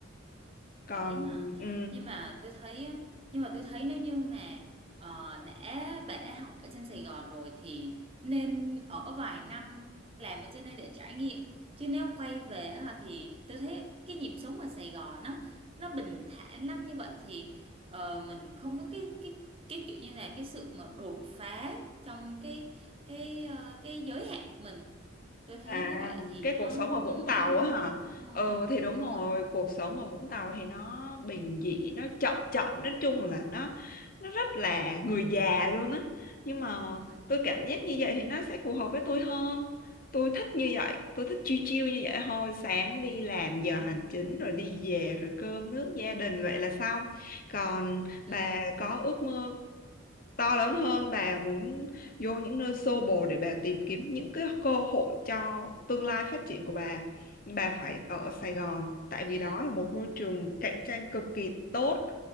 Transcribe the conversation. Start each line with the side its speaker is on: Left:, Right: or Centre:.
Left: còn
Right: Vậy hả?
Left: ừ,
Right: Nhưng mà tôi thấy á, nhưng mà tôi thấy nếu như mà ờ, đã bà đã học ở trên Sài Gòn rồi thì nên ở vài năm làm ở trên đây để trải nghiệm. Chứ nếu quay về á, thì tôi thấy cái nhịp sống ở Sài Gòn á nó bình thản lắm như vậy thì ờ, mình không có cái cái cái kiểu như là cái sự mà đột phá trong cái cái ờ, cái giới hạn của mình. Tôi thấy
Left: à
Right: như vậy thì
Left: cái cuộc
Right: nó
Left: sống ở Vũng
Right: ừ,
Left: Tàu
Right: nó không
Left: á hả
Right: đúng rồi,
Left: ừ thì đúng
Right: đúng
Left: rồi
Right: rồi.
Left: cuộc sống ở Vũng Tàu thì nó bình dị nó chậm chậm nói chung là nó nó rất là người già luôn á nhưng mà
Right: Ừ.
Left: tôi cảm giác như vậy thì nó sẽ phù hợp với tôi hơn tôi thích như vậy tôi thích chill chill như vậy thôi sáng đi làm giờ hành chính rồi đi về rồi cơm nước gia đình vậy là xong còn
Right: Ừ.
Left: bà có ước mơ to lớn hơn bà muốn vô những nơi xô bồ để bà tìm kiếm những cái cơ hội cho tương lai phát triển của bà Nhưng bà phải ở Sài Gòn tại vì
Right: ừ,
Left: đó là một môi trường cạnh tranh cực kỳ tốt